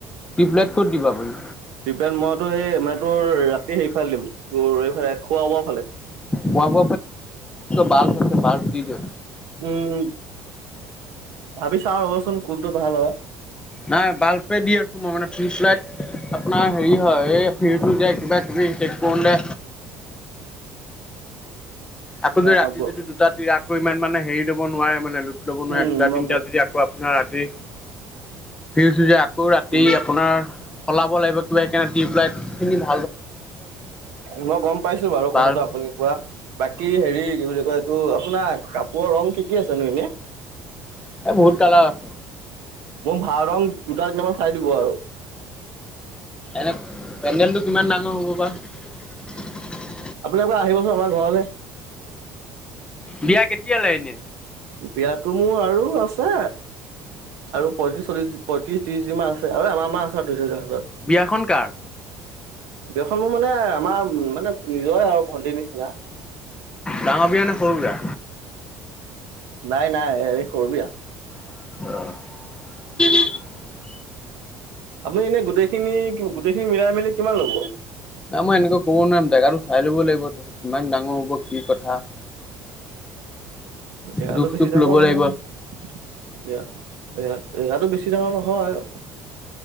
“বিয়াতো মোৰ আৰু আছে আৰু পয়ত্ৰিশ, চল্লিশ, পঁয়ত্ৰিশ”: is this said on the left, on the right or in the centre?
Right